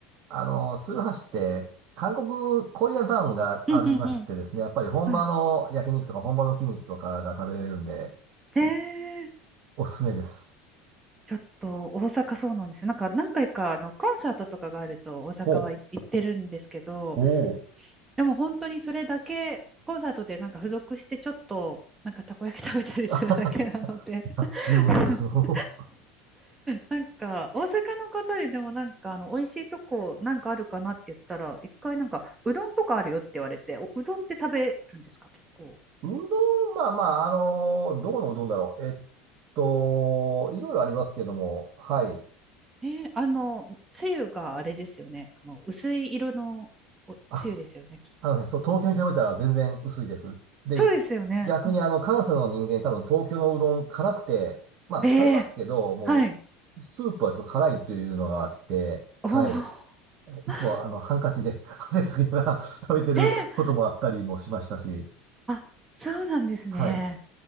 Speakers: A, on the right; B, on the right.
A: あのー鶴橋って、韓国コリアンタウンがありましてですね、
B: うんうんうん。
A: やっぱり本場の焼肉とか本場のキムチとかが食べれるんで、
B: はい。えー、
A: おすすめです。
B: ちょっと大阪そうなんですよ。なんか何回かあのコンサートとかがあると大阪は行行ってるんですけど、
A: ほう。おお。
B: でも本当にそれだけ、コンサートでなんか付属してちょっとなんかたこ焼き食べたりするだけなので
A: あははいや十分です。
B: <laughs>
A: <laughs> う
B: なんか大阪の方ででもなんかあの美味しいとこなんかあるかなって言ったら一回なんかうどんとかあるよって言われておうどんって食べるんですか結構
A: どん、まあまあ、あのーどこのうどんだろう。えっと、いろいろありますけども、はい。
B: えーあの、つゆがあれですよね。あの、薄い色のおつゆですよね、
A: あ、
B: きっと。
A: あのね、そう、東京に比べたら全然薄いです。で、
B: そうですよね。
A: 逆にあの、
B: うん
A: 関西の人間多分東京のうどん辛くて、まあ食べますけど、
B: えー
A: もう、
B: はい。
A: スープはちょっと辛いというのがあって、はい。
B: おー
A: いつもあの、
B: <laughs>
A: ハンカチで <laughs> 汗かきながら食べてることもあったりもしましたし、
B: えーあ、そうなんですね。
A: はい。